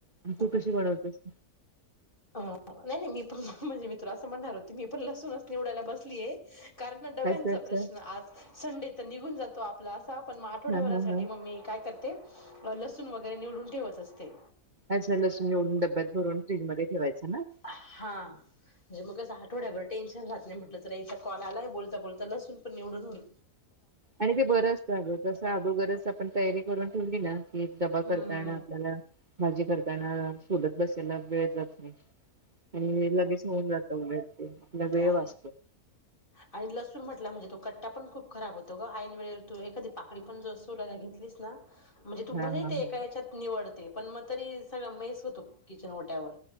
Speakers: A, on the right; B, on the left.
A: तू
B: हां
A: कशी बनवतस
B: अ नाही नाही मी पण म्हणजे मी त असं म्हणणार होती मी लसूनच निवडायला बसलीय कारण डब्यांचा
A: अच्छा अच्छा
B: प्रश्न आज संडे तर निघून जात तो आपला असा पण मग आठवड्याभरासाठी
A: हा हा हा
B: मम ममी काय करते लसून वगैरे निवडून ठेवत असते
A: अर लसूण निवडून डब्यात भरून फ्रीज मध्ये ठेवायचं ना
B: हा म्हणजे मग आठवड्याभर टेन्शन राहत नाही म्हटलं तर याचा कॉल आलाय बोलता बोलता लसून पण निवडून होई
A: आणि ते बरं असतं अग तसं अगोगरच आपण तयारी करून ठेवली ना की दबा
B: हम्म
A: करताना आपल्याला भाजी करताना सोलत बसायला वेळ जात नाही आणि लगेच होऊन जात उलट ते आपला वेळ
B: ते आहे.
A: वाचतो
B: आणि लसूण म्हटला म्हणजे तो कट्टा पण खूप खराब होतो ऐनवेळे तो एखादी पाकडी पण ज सोलायला घेतला दिस ना म्हणजे तू
A: हा
B: भर
A: हा
B: ते
A: हा.
B: एका या्याच्यात निवडते पण मग तरी सगळ मेस होतो किचन ओट्यावर